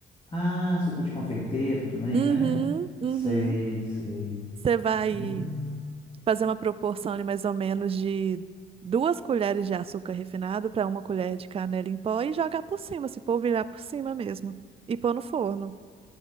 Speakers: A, on the left; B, on the right.
A: Ah, açúcar de confeiteiro também,
B: Uhum.
A: né?
B: Uhum.
A: Sei, sei.
B: Você vai
A: Hum,
B: fazer uma proporção ali mais ou menos de duas colheres de açúcar refinado para uma colher de canela em pó e jogar por cima, se polvilhar por cima mesmo. E pôr no forno.